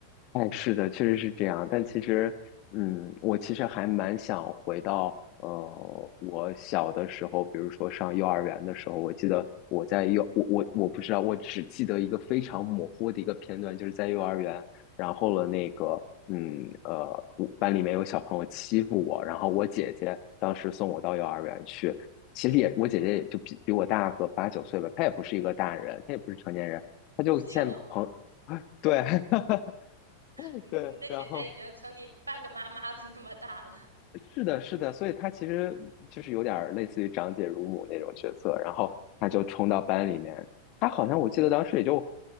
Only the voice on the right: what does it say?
<laughs>
就
你你的姐姐已经成你半个妈妈的那么大了。
嗯